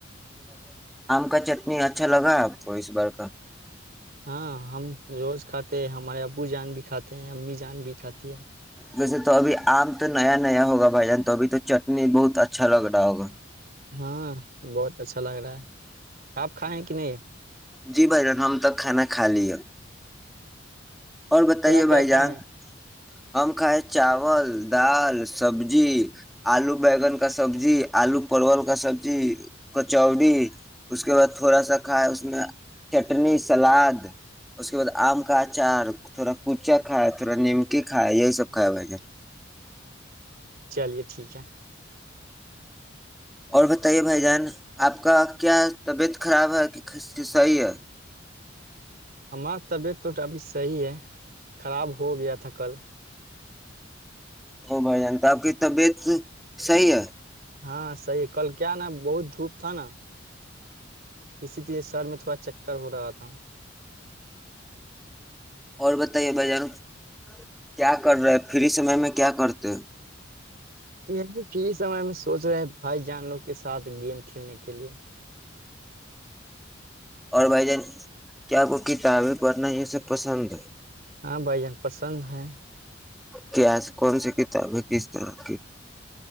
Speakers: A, in the centre; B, on the right.
A: کا جتنی اچھا لگا اپ کو اس بار کا
B: ہاں ہم روز کھاتے ہیں ہم ہمارے ابو جان بھی کھاتے ہیں امی جان بھی کھاتی ہے
A: ویسے تو ابھی عام تو نیا نیا ہوگا بھائی جان تو ابھی تو چٹنی بہت اچھا لگ رہا ہوگا
B: ہاں بہت اچھا لگ رہا ہے آپ کھائے ہیں کہ نہیں
A: جی بھائی جان ہم تو کھانا کھا لیا اور بتائیے
B: کیا
A: بھائی
B: کیا
A: جان
B: کھائے ہیں
A: ہم کھائے چاول دال سبزی آلو بیگن کا سبزی آلو پرول کا سبزی کچوڑی اس کے بعد تھوڑا سا کھائے اس میں چٹنی سلاد اس کے بعد آم کا اچار تھوڑا کچا کائے تھوڑا نیمکی کائے یہی سب کائے ہوئے
B: چلیے ٹھیک ہے
A: اور بتائیے بھائی جان آپ کا کیا طبیعت خراب ہے کہ صحیح ہے
B: ہم طبیعت تو ابھی صحیح ہے خراب ہو گیا تھا کل
A: ا بھائی جان تو آپ کی طبیعت صحیح ہے
B: ہاں صحیح ہے کل کیا نا بہت دھوپ تھا نا اسی طرے سر میں تھوڑا چ ہو رہا تھا
A: اور بتائیے ب جانا کیا کر رہا ہے فری سمے میں کیا کرتے ہیں
B: یہ کی سمے میں سوچ رہے ہیں بھائی جان لوگ کے ساتھ گیم کھیلنے کے لیے
A: اور بھائی جان کیا کو کتابیں پڑھنا یہ سب پسند
B: ہاں بھائی جان پسند ہیں
A: کیاس کون سی کتاب ہے کس طرح کی